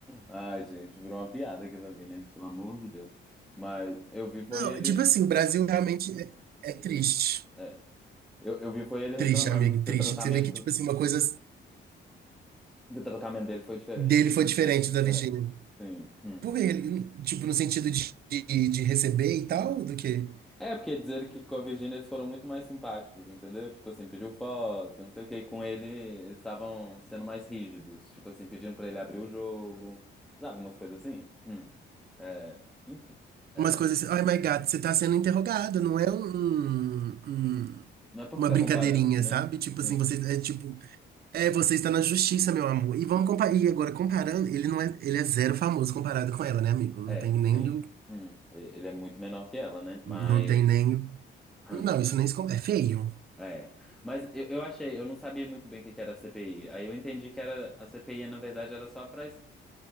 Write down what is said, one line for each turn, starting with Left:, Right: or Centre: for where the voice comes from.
Centre: Ai, gente, virou uma piada aquilo ali, né? Pelo amor de Deus. Mas eu vi foi
Right: Não,
Centre: ele.
Right: tipo assim, o Brasil realmente é, é triste.
Centre: é, eu, eu vi foi ele reclamando
Right: Triste, amigo,
Centre: que
Right: triste.
Centre: o tratamento,
Right: Porque você vê que, tipo assim, uma coisa
Centre: que o tratamento dele foi diferente.
Right: dele foi diferente da
Centre: É,
Right: Virgínia.
Centre: sim. Hum.
Right: Por ele, tipo, no sentido de, de, de receber e tal, do que
Centre: É, porque dizer que com a Virgínia eles foram muito mais simpáticos, entendeu? Tipo assim, pediu foto, não sei o que. e com ele eles estavam sendo mais rígidos. Tipo assim, pedindo pra ele abrir o jogo. Sabe, umas coisas assim? Hum. É, enfim, é,
Right: umas coisas assim, oh my God, você tá sendo interrogado, não é um, um- um,
Centre: não é pra
Right: uma
Centre: ficar
Right: brincadeirinha,
Centre: comparando, né?
Right: sabe? Tipo
Centre: Sim,
Right: assim, você é tipo, é, você está na justiça, meu amor. E vamos comparar, e agora comparando, ele não é, ele é zero famoso comparado com ela, né, amigo? Não
Centre: é,
Right: tem nem
Centre: sim.
Right: do,
Centre: Hum, ele é muito menor que ela, né? Mas,
Right: não tem nem,
Centre: hum,
Right: não, isso nem se compara, é feio.
Centre: é. Mas eu, eu achei, eu não sabia muito bem o que que era a CPI. Aí eu entendi que era a CPI, na verdade, era só pra es-